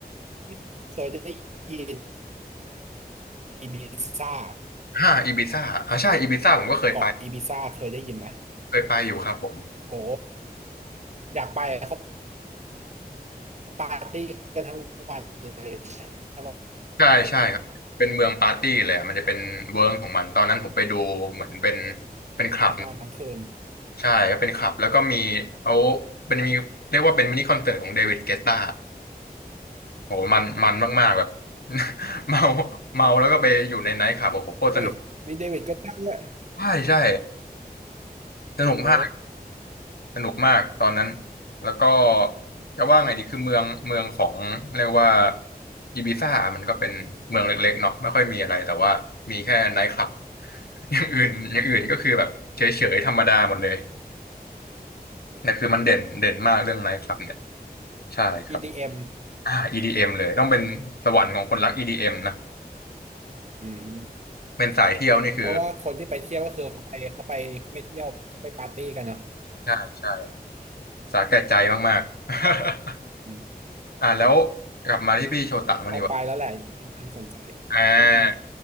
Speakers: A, on the right; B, on the left.
A: พี่เคยได้ยินอีบิซ่า
B: ห้าอีบิซ่าอ่าใช่อีบิซ่าผมก็เคยไป
A: เกาะอีบิซ่าเคยได้ยินไหม
B: เคยไปอยู่ครับผม
A: โอ้อยากไปเขาปาร์ตี้กันทั้งวันเลยใช่ปะ
B: ใช่ใช่ครับเป็นเมืองปาร์ตี้เลยอะมันจะเป็นเวิร์กของมันตอนนั้นผมไปดูเหมือนเป็น
A: ท
B: เป็นคลับ
A: ั้งวันทั้งคืน
B: ใช่ก็เป็นคลับแล้วก็มีเขาเป็นมีเรียกว่าเป็นมินิคอนเสิร์ตของเดวิดเกตตาโหมันมันมากๆแบบ <laughs> เมาเมาแล้วก็ไปอยู่ในไนท์คลับโอ้โหโคตรสนุก
A: อุ้ยมีเดวิดก็ตั้งด้วย
B: ใช่ใช่สนุกมาก
A: โอ้
B: สนุกมากตอนนั้นแล้วก็จะว่าไงดีคือเมืองเมืองของเรียกว่าอีบิซ่ามันก็เป็นเมืองเล็กๆเนาะไม่ค่อยมีอะไรแต่ว่ามีแค่ไนท์คลับ <laughs> อย่างอื่นอย่างอื่นก็คือแบบเฉยๆธรรมดาหมดเลยแต่ยคือมันเด่นเด่นมากเรื่องไนท์คลับเนี่ยใช่ครับ
A: อีดีเอม
B: อ่า EDM เอ็มเลยต้องเป็นสวรรค์ของคนรัก EDM นะ
A: อืม
B: เป็นสายเที่ยวนี่คือ
A: เพราะว่าคนที่ไปเที่ยวก็คือเขาไปเขาไปเขาไปเที่ยวเขาไปปาร์ตี้กันเนาะ
B: ใช่ใช่สาแก่ใจมากๆ
A: อืม
B: <laughs> อ่าแล้วกลับมาที่พี่โชตะมางดีกว่า
A: ต้องไปแล้วแหละอย่างนี้น่าสนใจ
B: อ่
A: อืมอืม
B: า